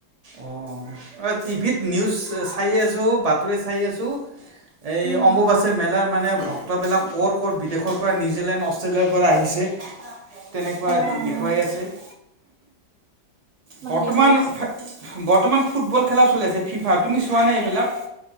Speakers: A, on the right; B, on the right.
A: অ' অ' টিভিত নিউজ চাই আছোঁ, বাতৰি চাই আছোঁ - এই
B: উম,
A: অম্বুবাচী মেলাৰ মানে ভ- ফটোবিলাক কৰ' কৰ' বিদেশৰ পৰা নিউজিলেণ্ড অষ্ট্ৰেলিয়াৰ পৰা আহিছে। তেনেকুৱা
B: অ', অ',
A: দেখুৱাই আছে। <inaudible> বৰ্তমান
B: ভালে কৰিছা।
A: বৰ্তমান ফুটবল খেলা চলি আছে ফিফা তুমি চোৱা নাই এইবিলাক।